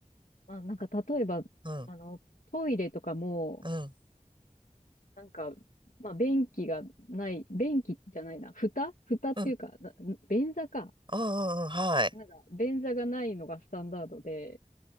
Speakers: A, on the left; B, on the right.
A: まあなんか例えば、
B: うん、
A: あの、トイレとかも、
B: うん、うん、
A: なんか、まあ便器がない、便器じゃないな、蓋蓋っていうか、
B: うん、
A: な便座か。
B: うん、うんはい。
A: なんか、便座がないのがスタンダードで、